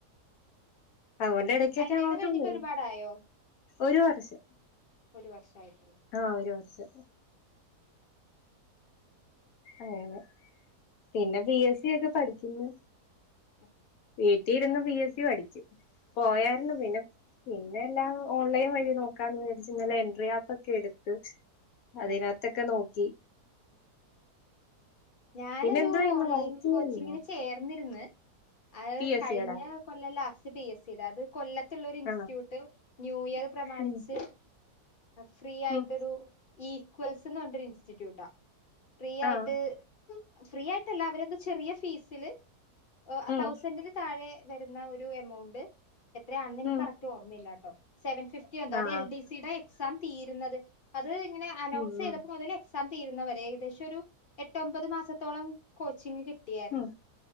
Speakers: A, on the left (about 70°); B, on the left (about 45°).
A: അതൊണ്ട് ഇടക്കൊക്കെ
B: കല്യാണം
A: അങ്ങോട്ട്
B: കഴിഞ്ഞിട്ട്
A: പോവും
B: ഒരുപാടായോ
A: ഒരു വർഷം
B: ഒരു വർഷായിട്ടുള്ളു
A: ആഹ ഒരു വർഷം അങ്ങനെ പിന്നെ പി എസ് സി ഒക്കെ പഠിക്കുന്ന്
B: ഉ
A: വീട്ടിൽ ഇരുന്ന് പി എസ് സി പഠിച്ചു പോയരുന്നു പിന്നെ പിന്നെ എല്ലാം ഓൺലൈൻ വഴി നോക്കാന്ന് വിചരിച്ച് ഇന്നലെ എൻട്രി ആപ്പ് ഒക്കെ എടുത്ത്
B: ഏഹ്
A: അതിനാത്തൊക്കെ നോക്കി
B: ഞാനെരു
A: പിന്നെ എന്തോ ചെയ്യുന്നു
B: ഓൺലൈൻ
A: വർക്ക് ചെയ്യുന്നോ
B: കോച്ചിങ്ങിന് ചേർന്നിര്ന്ന് അഴ്കഴിഞ്ഞ
A: പി എസ് സിയടാ
B: കൊല്ല ലാസ്റ്റ് പി എസ് സി യുടെ അത് കൊല്ലത്തുള്ള ഒരു ഇൻസ്റ്റിറ്റ്യൂട്ട്
A: ആഹ്
B: ന്യൂ ഇയർ പ്രമാണിച്ച്
A: ഉം
B: ഫ്രീ ആയിട്ടൊരു
A: ഉം
B: ഈക്വൽസ്ന്ന് പറഞ്ഞരു ഇൻസ്റ്റിറ്റ്യൂട്ടാ ഫ്രീ ആയിട്ട്
A: ആഹ്
B: ഫ്രീ ആയിട്ടല്ല അവരെന്താ ചെറിയ ഫീസില് ഒ
A: ഉം
B: തൗസൻഡന് താഴെ വരുന്ന ഒരു എമൗണ്ട് എത്രയാണെന്ന് എനിക്ക്
A: ഉം
B: കറക്റ്റ് ഓർമ്മയില്ലാട്ടോ സെവൻ ഫിഫ്റ്റി എന്തോ
A: ആഹ്
B: അത് എൽ ഡി സി ടെ എക്സാം തീരുന്നത് അത് ങ്ങനെ അനൗൺസ്
A: ഉം
B: ചെയ്തപ്പോ
A: ഉം
B: മുതല് എക്സാം തീരുന്നവരെ ഏകദേശം ഒരു എട്ട് ഒമ്പത് മാസത്തോളം കോച്ചിങ് കി കിട്ടിയാരുന്നു
A: ഉം